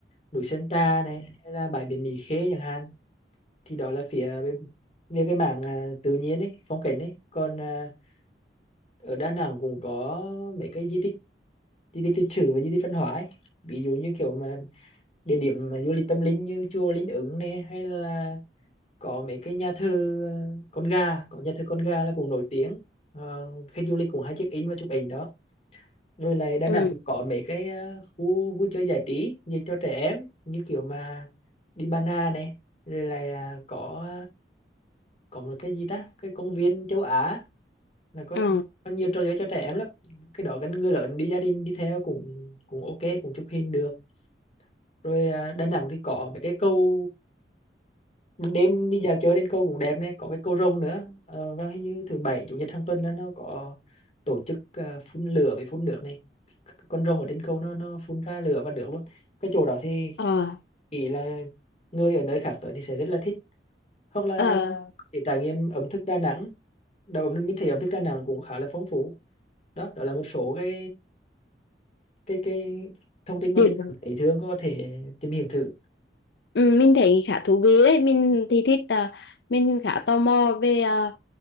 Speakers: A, on the left (about 35°); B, on the left (about 70°).
A: núi Sơn Trà này hay là bãi biển Mỹ Khê chẳng hạn thì đó là phía bên về cái mảng à, tự nhiên ấy phong cảnh ấy còn à, ở Đà Nẵng cũng có mấy cái di tích di tích lịch sử và di tích văn hóa ấy. ví dụ như kiểu mà địa điểm mà du lịch tâm linh như chùa Linh Ứng nè hay là có mấy cái nhà thờ ờ, con gà có nhà thờ con gà là cũng nổi tiếng Ờ, khách du lịch cũng hay check in và chụp ảnh đó rồi lại Đà
B: ừ
A: Nẵng cũng có mấy cái ờ, khu vui chơi giải trí dành cho trẻ em như kiểu mà đi Ba Na này rồi là ờ, có có một cái gì ta cái công viên châu Á là có
B: ừ
A: có nhiều trò chơi cho trẻ em lắm cái đó gần người lớn đi gia đình đi theo cũng cũng ok cũng chụp hình được rồi à, Đà Nẵng thì có mấy cái cầu ban đêm đi dạo chơi đến câu cũng đẹp này có cái cầu rồng nữa ờ, và hình như thứ bảy chủ nhật hàng tuần là nó có tổ chức à, phun lửa với phun nước này con rồng ở trên cầu nó nó phun ra lửa và nước luôn cái chỗ đó thì
B: ờ
A: ý là người ở nơi khác tới thì sẽ rất là thích hoặc là
B: ờ
A: để trải nghiệm ẩm thực Đà Nẵng đầu mình thấy ẩm thực Đà Nẵng cũng khá là phong phú đó đó là một số cái cái cái thông tin mà
B: Điện
A: mình cảm thấy thường có thể tìm hiểu thử
B: ừ, mình thấy khá thú vị đấy mình thì thích ờ, mình khá tò mò về ờ,